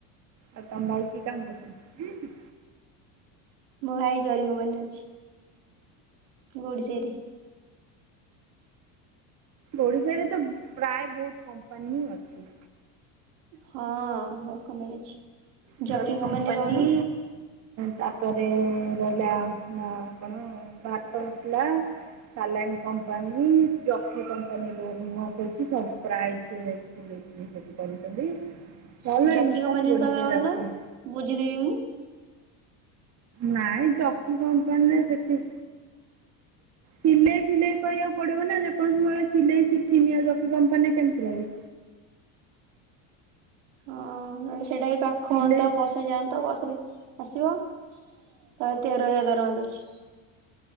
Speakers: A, on the right; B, on the right.
A: ଆଉ ତମ ଭାଇ କି କାମ କରୁଛନ୍ତି?
B: ମୋ ଭାଇ ଜରିକମ୍ପାନୀ ରେ ଅଛି ଗୋଡ଼ି ସେଇଠି।
A: ଓଡ଼ିଶାରେ ତ ପ୍ରାୟ ବହୁତ କମ୍ପାନୀ ହି ଅଛି।
B: ହଁ ବହୁତ୍ କମ୍ପାନୀ ଅଛି
A: ଜରି
B: ଜକି
A: କମ୍ପାନୀ
B: କମ୍ପାନୀରେ ରହୁନ
A: ତାପରେ ରହିଲା କଣ ଭାତ ବସିଲା ସାଲନ୍ କମ୍ପାନୀ ଜକ୍ କମ୍ପାନୀ ମୁ କହୁଛି ସବୁ ପ୍ରାଇଜଛି ିଲେଇ ଜିନି ସେଠୁ କରୁଛନ୍ତି <unintelligible> ଭଲ
B: ଜକିଙ୍କ
A: ଇନକମ୍
B: ମାନରେ
A: ଓଡ଼ିଶାରେ
B: ତମେ ରହନ
A: ଆକ୍ଚୁଆଲି
B: ବୁଝିଦେବି ମୁଁ
A: ନାଇଁ ଜକି କମ୍ପାନୀରେ ସେଠି
B: <inaudible>
A: ସିଲେଇ ଫିଲେଇ କରିବାକୁ ପଡିବ ନା ଯେକୌଣସି ଭ ସିଲେଇ ଶିଖିନି ଆଉକି କମ୍ପାନୀରେ କେମିତି ରହିବି।
B: ହଁ ନହେଲେ ସେଟା ବିି ପାଖ
A: ସିଲେଇ
B: ହଅନ୍ତା ବସ ଯାଆନ୍ନ୍ତତା ବସରେ ଆସିବ ଆ ତେର ହଜାର ଦରମା ଦଉଛି।